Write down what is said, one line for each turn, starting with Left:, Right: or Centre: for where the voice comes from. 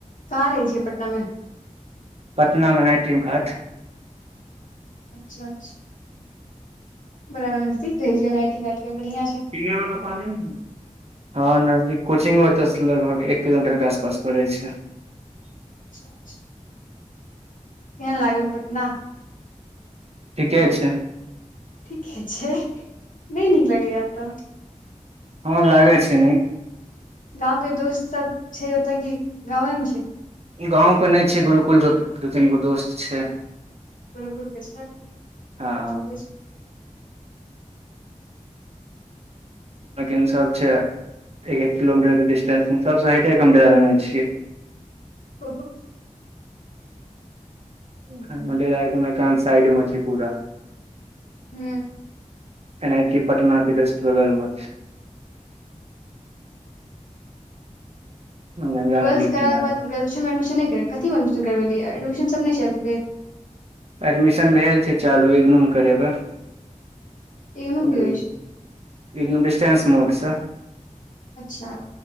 Left: कहाँ रहै छियै पटना मे
Right: पटना मेना टीम घाट
Left: अच्छा बरा नजदीक आबिगलैथ बढ़िया छै
Right: पने वला पाजनि ने हँ नजदीक कोचिंगत लगभग एक किलोमीटर के आसपास पड़ै छै
Left: अच्छा केहन लागल पटना
Right: ठीके छै
Left: ठीके छै नहि नीक लगैयाएत
Right: हँ लागै छै नीक
Left: गाँंव के दोस्त सब छै एतकिगवेमे छै
Right: गाँंव के नहि छै गुरुकुल के दू तीन गो दोस्त छै
Left: गुरूकुल ठीके
Right: हँ
Left: छैठिके
Right: अखिसबछै एकं किलोमीटर के डिस्टेंस सबडेरालेनेछयै छियै
Left: ओ
Right: एखन हमर डेरा एकांत साइड मऽ छै पूरा
Left: हू
Right: एन आई टी पटना के जस्ट बंगल मऽ गंगा
Left: ट्वेल्थ
Right: नदी
Left: कराके
Right: किनार
Left: बाद ग्रजुएशन मऽ एडमिशन नहि कर की एडमिशन करबेलियै एडमिशन सब नहि छैबि गेल
Right: एडमिशन भेल छै चालू इंगनू मऽ करेबे
Left: इग्नू
Right: ओहि
Left: की होइ
Right: इंगनू
Left: छै
Right: डिस्टेंस मोर छै
Left: अच्छा अच्छा